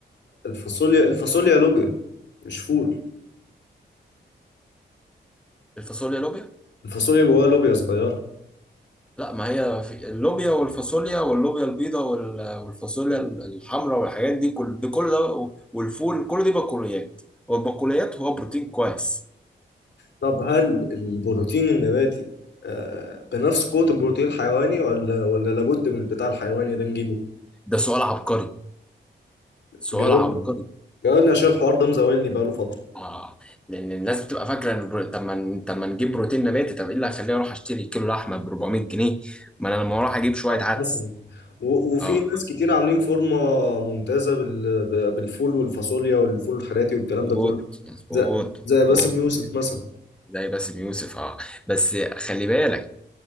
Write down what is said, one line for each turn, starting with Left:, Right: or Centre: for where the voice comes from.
Left: الفاصوليا الفاصوليا لوبيا مش فول
Centre: الفاصوليا لوبيا
Left: الفاصوليا جواها لوبيا صغيرة
Centre: لا ما هي في اللوبيا والفاصوليا واللوبيا البيضاء وال- والفاصوليا الحمراء والحاجات دي كل ده كل ده والفول كل دي بقوليات والبقوليات هو بروتين كويس
Left: طب هل البروتين النباتي آه، بنفس قوة البروتين الحيواني ولا ولا لابد من البتاع الحيواني ده نجيبه؟
Centre: ده سؤال عبقري سؤال
Left: جاوبني
Centre: عبقري
Left: جاوبني عشان الحوار ده مزاولني بقاله فترة
Centre: اه لان الناس بتبقى فاكره ان البرو- طب ما ن- طب ما نجيب بروتين نباتي طب ايه اللي هيخليني اروح اشتري كيلو لحمه ب 400 جنيه ما انا لما اروح اجيب شويه
Left: آه،
Centre: عدس
Left: مثلا و- وفي
Centre: اه
Left: ناس كتير عاملين فورمة ممتازة بال- ب- بالفول والفاصوليا والفول الحراتي والكلام
Centre: مظبوط
Left: ده كله
Centre: مظبوط
Left: زي زي باسم
Centre: مظبوط
Left: يوسف مثلا
Centre: زي باسم يوسف اه بس خلي بالك